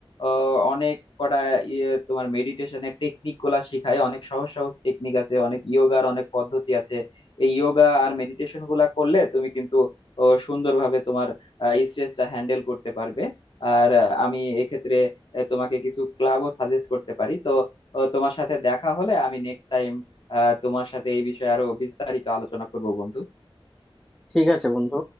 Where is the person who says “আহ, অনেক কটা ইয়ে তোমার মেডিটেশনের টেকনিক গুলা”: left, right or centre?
Left